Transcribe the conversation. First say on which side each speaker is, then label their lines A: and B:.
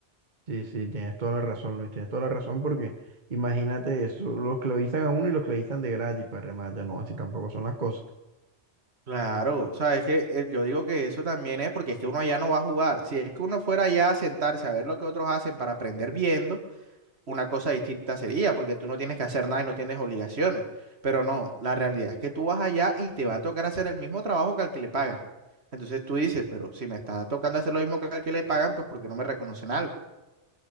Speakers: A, on the right; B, on the right.
A: Sí, sí, tienes toda la razón, Luis. Tienes toda la razón porque imagínate eso, lo esclavizan a uno y lo esclavizan de gratis para remate. No, así tampoco son las cosas.
B: Claro, o sea, es que eh, yo digo que eso también es porque es que uno allá no va a jugar. Si es que uno fuera allá a sentarse a ver lo que otros hacen para aprender viendo, una cosa distinta sería, porque tú no tienes que hacer nada y no tienes obligaciones. Pero no, la realidad es que tú vas allá y te va a tocar hacer el mismo trabajo que al que le pagan. Entonces tú dices, pero si me está tocando hacer lo mismo que al que le pagan, pues porque no me reconocen algo.